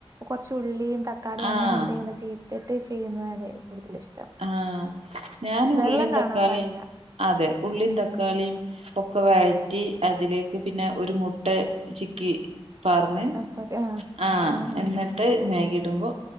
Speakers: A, on the right; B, on the right.
A: കൊറ്ച് ഉുള്ളിയും തക്കാളീം
B: ആഹ്
A: അങ്ങനെ എന്തെങ്കിലുക്കെ ട്ട്ട്ട് ചെയ്യുന്നതാണ് കൂടുതലിഷ്ടം
B: ആ ഞാന്
A: വെള്ളം
B: ഉള്ളീം
A: കാണാൻ
B: തക്കാളീം
A: പാടില്ല
B: അതെ ഉള്ളീം താ തക്കാളിയും ഒക്കെ വയറ്റി അതിലേക്ക് പിന്നെ ഒരു മുട്ട ചിക്കി പാറ്ന്ന്
A: അപ്പ അത് ആഹ്
B: ആ
A: ആഹ്
B: എന്നിട്ട് മേഗി ടുമ്പോ